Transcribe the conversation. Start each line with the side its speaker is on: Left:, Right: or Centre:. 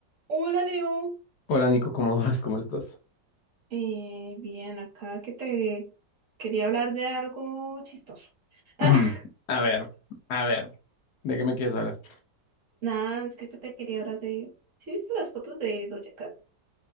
Right: Hola Leo,
Left: Hola Nico, ¿cómo vas? ¿Cómo estás?
Right: Eh, bien, acá que te quería hablar de algo chistoso. <laughs>
Left: <clears throat> A ver, a ver, ¿de qué me quieres hablar?
Right: Nada, es que te quería hablar de... ¿Sí viste las fotos de Doja Cat?